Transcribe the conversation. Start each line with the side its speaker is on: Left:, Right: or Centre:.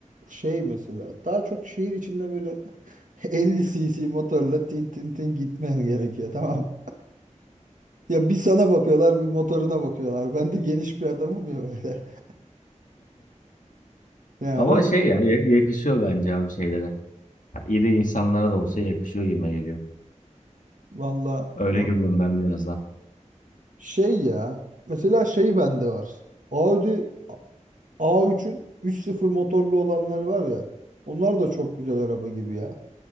Right: şey mesela daha çok şehir içinde böyle 50 cc motorla tin tin tin gitmen gerekiyor tamam mı? Ya bir sana bakıyorlar bir motoruna bakıyorlar. Ben de geniş bir adamım ya böyle. <laughs> Yani
Left: Ama
Right: o
Left: şey ya ya- yakışıyor bence abi şeylere. Ha, İyi de insanlara da olsa yakışıyor gibime geliyor.
Right: valla
Left: Öyle
Right: o-
Left: görüyorum ben biraz daha.
Right: şey ya mesela şey bende var. Audi A3'ün 3.0 motorlu olanları var ya. Onlar da çok güzel araba gibi ya.